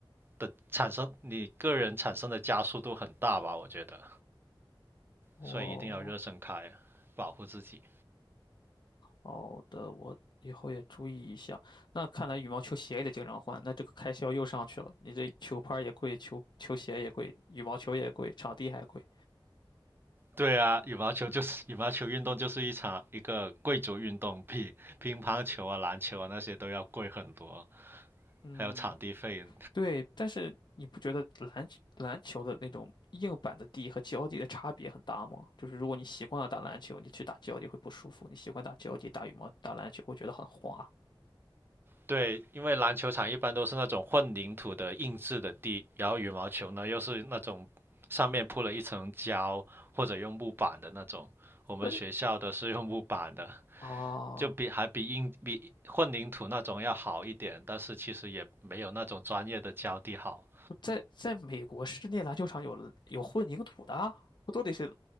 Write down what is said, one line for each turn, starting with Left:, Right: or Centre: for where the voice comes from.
Right: 的产生你个人产生的加速度很大吧，我觉得，
Left: 哦。
Right: 所以一定要热身开，保护自己。
Left: 好的，我以后也注意一下。那看来羽毛球鞋也得经常换，那这个开销又上去了。你这球拍儿也贵，球球鞋也贵，羽毛球也贵，场地还贵。
Right: 对啊，羽毛球就是羽毛球运动，就是一场一个贵族运动，比乒乓球啊、篮球啊那些都要贵很多，
Left: 嗯，
Right: 还有场地费。
Left: 对。但是你不觉得篮球篮球的那种硬板的地和胶地的差别很大吗？就是如果你习惯了打篮球，你去打胶地会不舒服；你习惯打胶地，打羽毛打篮球会觉得很滑。
Right: 对，因为篮球场一般都是那种混凝土的硬质的地，然后羽毛球呢又是那种上面铺了一层胶或者用木板的那种。我们学校的是用木板的，
Left: 不是啊，
Right: 就比还比硬比混凝土那种要好一点，但是其实也没有那种专业的胶地好。
Left: 在在美国室内篮球场有有混凝土的啊不都得是